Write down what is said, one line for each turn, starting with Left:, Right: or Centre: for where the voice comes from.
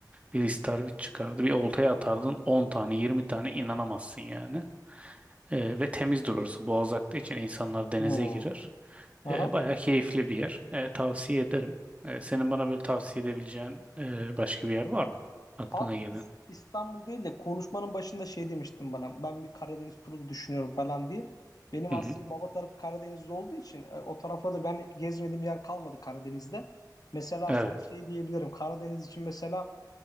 Right: Bir istarvit çıkardı. Bir oltaya atardın 10 tane yirmi tane inanamazsın yani. Ee, ve temizdir orası. Boğaz aktığı için insanlar denize
Left: Hmm.
Right: girer.
Left: Aha.
Right: Ee, bayağı keyifli bir yer. Ee, tavsiye ederim. Ee, senin bana böyle tavsiye edebileceğin e, başka bir yer var mı? Aklına
Left: Abi
Right: gelen.
Left: İs- İstanbul değil de konuşmanın başında şey demiştin bana. Ben bir Karadeniz turu da düşünüyorum falan diye. Benim
Right: Hı
Left: asıl
Right: hı.
Left: baba tarafı Karadeniz'de olduğu için e, o tarafa da ben gezmediğim yer kalmadı Karadeniz'de. Mesela
Right: Evet.
Left: sana şey diyebilirim. Karadeniz için mesela